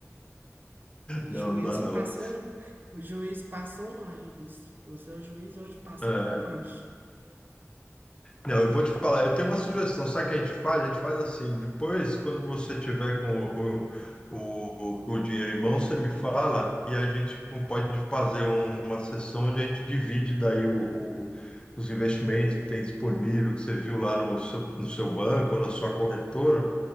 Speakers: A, on the right; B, on the left.
A: O juízo
B: Não, não dá não.
A: passou,
B: É,
A: o juiz passou longe, eu disse. O seu juiz hoje passou,
B: É.
A: foi longe.
B: Não, eu vou te falar, eu tenho uma sugestão. Sabe o que a gente faz? A gente faz assim, depois, quando você tiver com o, o, o- com o dinheiro em mão, você me fala e a gente com- pode fazer um- uma sessão onde a gente divide daí o, o- os investimentos que tem disponível, que você viu lá no seu, no seu banco ou na sua corretora,